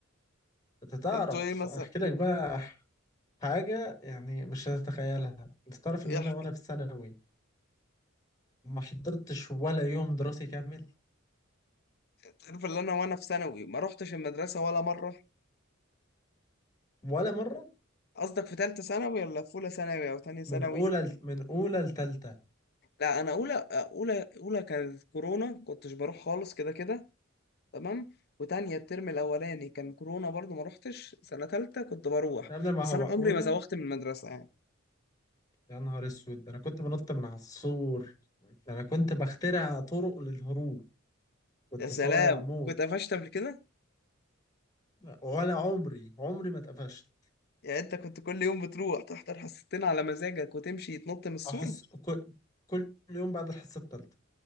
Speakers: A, on the left; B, on the left.
A: انت تعرف
B: انتوا ايه مثلا
A: احكي لك بقى حاجة يعني مش هتتخيلها انت تعرف
B: إيه
A: ان انا
B: ح-
A: وانا في ثانوي ما حضرتش ولا يوم دراسي كامل
B: تعرف اللي انا وانا في ثانوي ما روحتش المدرسه ولا مره
A: ولا مرة
B: قصدك في ثالثه ثانوي ولا في اولى ثانوي او ثانيه ثانوي
A: من اولى من اولى لتالتة
B: لا انا اولى اولى اولى كانت كورونا كنتش بروح خالص كده كده تمام وتانية الترم الاولاني كان كورونا برضو ما روحتش سنه ثالثه كنت بروح
A: يا ابني ما
B: بس
A: هو
B: انا
A: اولى
B: عمري ما زوغت من المدرسه يعني
A: يا نهار اسود ده انا كنت بنط من على السور ده انا كنت بخترع طرق للهروب كنت
B: يا سلام
A: صايع موت
B: كنت قفشت قبل كده
A: ولا عمري عمري ما اتقفشت
B: يعني انت كنت كل يوم بتروح تحضر حصتين على مزاجك وتمشي تنط من السور
A: احس كل كل يوم بعد الحصه الثالثه